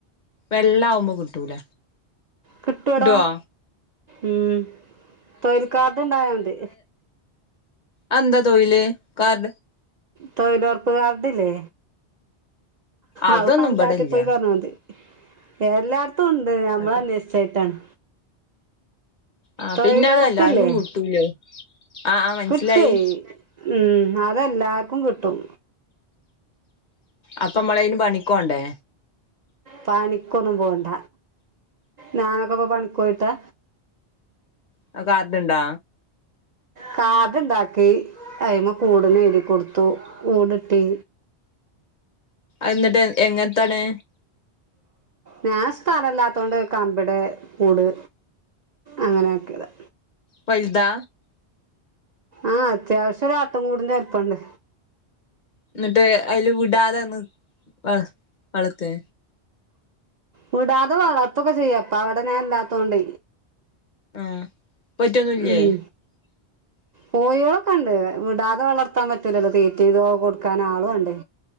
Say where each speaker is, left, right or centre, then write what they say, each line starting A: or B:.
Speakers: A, on the left; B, on the right.
A: വെള്ള ആകുമ്പോ കിട്ടൂല
B: കിട്ടുവടാ
A: കിട്ടുവോ
B: ഉം തൊഴിൽക്കാർഡുണ്ടായ മതി
A: അതെന്തതൊഴില്ക കാർ
B: തൊഴിലുറപ്പുകാർഡില്ലേ
A: അതൊന്നും
B: അത് പഞ്ചായത്തിപോയി
A: ഇബടല്ല
B: പറഞ്ഞമതി എല്ലായിടത്തും ഉണ്ട് ഞമ്മൾ
A: അത്
B: അന്വേഷിച്ചായിട്ടാണ്
A: ആഹ്
B: തൊഴിലുറപ്പില്ലേ
A: പിന്നെ അതല്ല ആർക്കും കിട്ടൂലോ ആഹ് ആഹ് മനസ്സിലായി
B: കിട്ടുവേ ഉം അതെല്ലാർക്കും കിട്ടും
A: അപ്പൊ നമ്മളന് പണിക്കോണ്ടേ
B: പണിക്കൊന്നും പോണ്ട ഞാനൊക്കെ ഇപ്പോ പണിക്ക് പോയിട്ടാ
A: <unintelligible> കാർഡുണ്ടാ
B: കാർഡുണ്ടാക്കി അതി്മ കൂടന് എഴുതി കൊടുത്തു കൂടിട്ടി
A: എന്നിട്ട് എങ്ങനത്താണ്
B: ഞാൻ സ്ഥലല്ലാത്തോണ്ട് കമ്പിടെ കൂട് അങ്ങനെയാക്കിയതാ
A: വലുതാ
B: ആഹ് അത്യാവശ്യം ഒരാട്ടിൻ കൂട്ടിന്നടുത്തുണ്ട്
A: എന്നിട്ട് അതില് വിടാതെന്ന് വ വളർത്തേ
B: വിടാതെ വളർത്തൊക്കെ ചെയ്യ അപ്പ അവിടെ ഞാൻ ഇല്ലാത്തോണ്ട്
A: ആ പറ്റൊന്നുല്ലേ
B: ഉം
A: <inaudible>
B: കോഴികളൊക്കെ ഉണ്ട് വിടാതെ വളർത്താൻ പറ്റൂലല്ലോ തീറ്റീ ഇതോക്കെ കൊടുക്കാൻ ആളുവേണ്ടേ